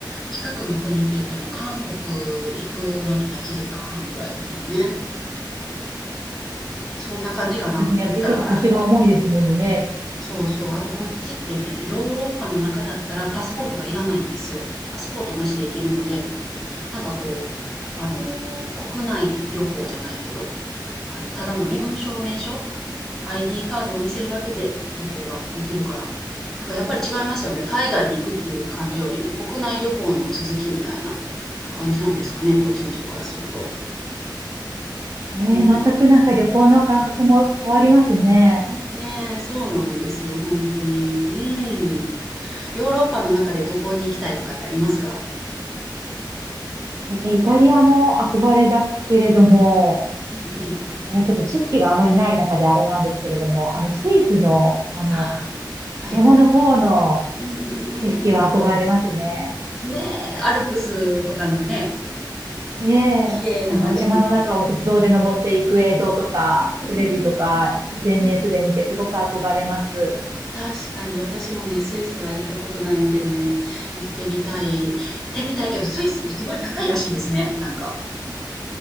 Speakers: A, in the centre; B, on the right.
A: 近くの国って言っても韓国行くのにまあ1時間半ぐらいですもんね。そんな感じかな言ったら。
B: ですね。やっぱりちょっと腰が重いですものね。
A: <laughs> そうそう。あとこっちってね、ヨーロッパの中だったらパスポートがいらないんですよ。パスポートなしで行けるので、なんかこう、あのー国内旅行じゃないけど、あの、ただの身分証明書、ID カードを見せるだけで旅行ができるから、なんかやっぱり違いますよね。海外に行くっていう感じよりも、国内旅行の続きみたいな感じなんですかね、こっちの人からすると。
B: ええ全くなんか旅行の感覚も変わりますね。
A: うん。ねえ、そうなんですよ、本当に。うん。ヨーロッパの中でどこに行きたいとかってありますか
B: えーイタリアも憧れだけれども、
A: うんうん。
B: えーちょっと知識があまりない中であれなんですけれども、あの、スイスの、あの、
A: あーはい。
B: 山の方の
A: うんうんうん
B: 景色は憧れますね。
A: うん。ねえ、アルプスとかのね、
B: ええあの、
A: 綺麗な街並み。
B: 山の中を鉄道で登っていく映像とか、
A: うんうん
B: テレビとか、
A: うん
B: SNS
A: うん。
B: で見てすごく憧れます。
A: 確かに私もね、スイスは行ったことないんでね、行ってみたい。行ってみたいけど、スイスってすごい高いらしいですね。なんか、